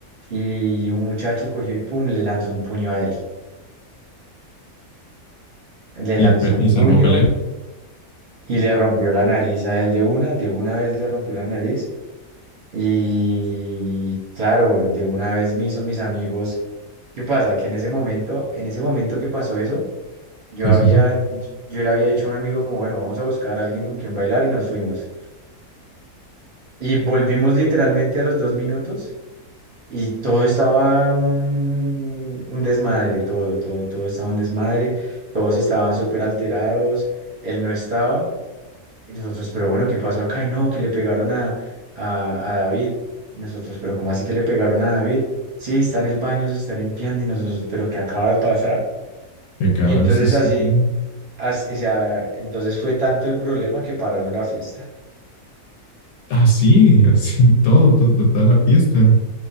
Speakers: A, on the right; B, on the left.
A: y un muchacho cogió y pum, le lanzó un puño a él. Le
B: ¿Y,
A: lanzó
B: pe-
A: un
B: y
A: puño
B: se armó pelea?
A: y le rompió la nariz a él de una, de una vez le rompió la nariz. Y claro, de una vez me hizo mis amigos ¿Qué pasa? Que en ese momento, en ese momento que pasó eso, yo
B: Sí,
A: había,
B: sí, sí.
A: yo le había dicho a un amigo como, bueno, vamos a buscar a alguien con quien bailar y nos fuimos. Y volvimos literalmente a los dos minutos y todo estaba un, un desmadre, todo, todo, todo estaba un desmadre, todos estaban súper alterados, él no estaba y nosotros, pero bueno, ¿qué pasó acá? Y no, que le pegaron a, a, a David. Y nosotros, pero ¿cómo así que le pegaron a David? Sí, está en el baño, se está limpiando y nosotros, pero ¿qué acaba de pasar?
B: ¿Qué acaba
A: Y entonces
B: de suceder?
A: así, as- o sea, entonces fue tanto el problema que pararon la fiesta.
B: Ah, sí, así, todo, todo, toda la fiesta.